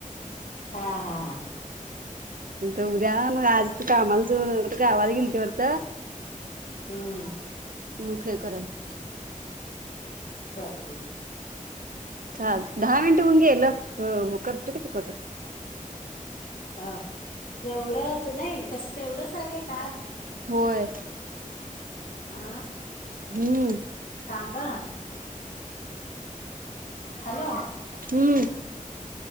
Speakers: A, on the left; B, on the right.
A: हा हं - हं-हं
B: तर उद्या मग आज कामाला जा गावाला गेलती वाटतं.
A: हम्म हम्म.
B: मुळ खे कराय म्हटले.
A: चालतंय
B: चाल दहा मिनिटं होऊन गेलं. करतो की ते कट
A: अह तेवढंच नाही तस तेवढंच आहे की काय.
B: होय
A: आ
B: हम्म
A: थांबा? हॅलो
B: हम्म